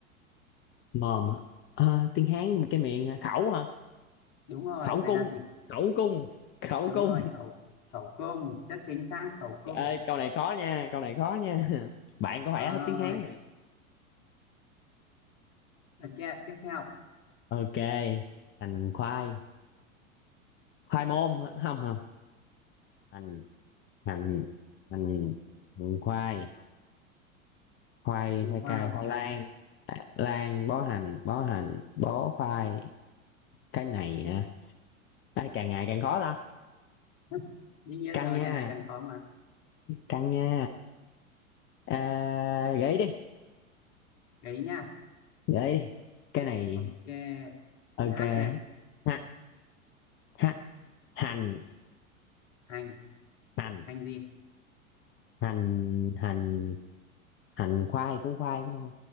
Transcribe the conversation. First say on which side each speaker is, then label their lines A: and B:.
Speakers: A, on the left; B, on the left.
A: mồm hả? à, tiếng Hán cái miệng hả khẩu hả
B: Đúng rồi,
A: khẩu cung
B: vậy là gì?
A: khẩu cung khẩu
B: Đúng
A: cung
B: rồi, khẩu khẩu cung, rất chính xác khẩu cung.
A: ơi câu này khó nha câu này khó nha <laughs> bạn có phải
B: Rồi,
A: hết tiếng Hán hả
B: ok, tiếp theo
A: ok hành khoai khoai môn hả? không không hành hành hành hành khoai khoai
B: hình
A: khoai
B: khoai
A: cà
B: và bọ
A: khoai
B: hành.
A: lang à, lang bó hành bó hành bó khoai cái này hả Ê, càng ngày càng khó ta
B: <laughs> Đương nhiên
A: căng
B: rồi,
A: nha
B: càng ngày càng khó mà.
A: căng nha à, gãy đi
B: Gợi ý nha.
A: gãy đi cái này
B: Ok,
A: ok
B: chữ H này,
A: ha ha hành
B: hành,
A: hành
B: hành gì?
A: hành hành hành khoai cũng khoai cũng thôi